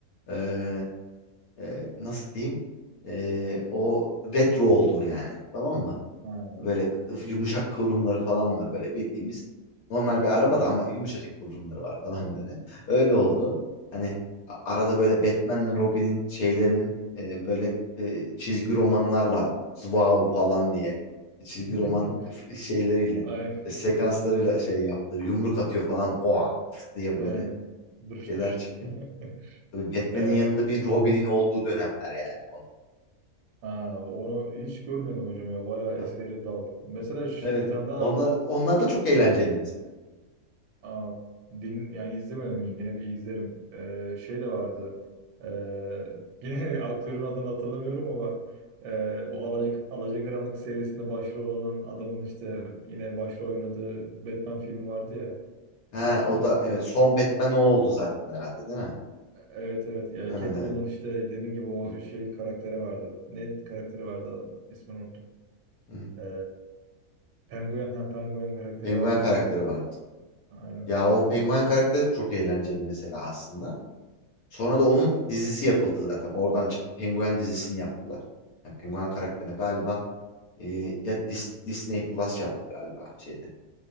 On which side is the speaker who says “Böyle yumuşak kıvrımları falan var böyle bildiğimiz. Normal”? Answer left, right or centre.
Left